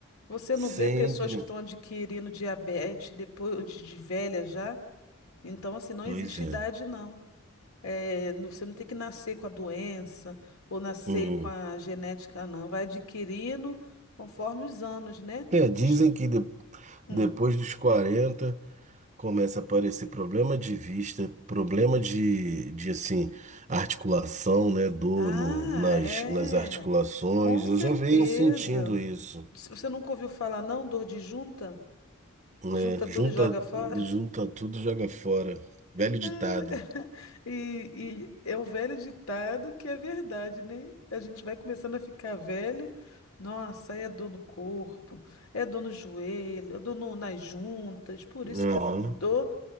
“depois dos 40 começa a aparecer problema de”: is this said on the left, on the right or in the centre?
Right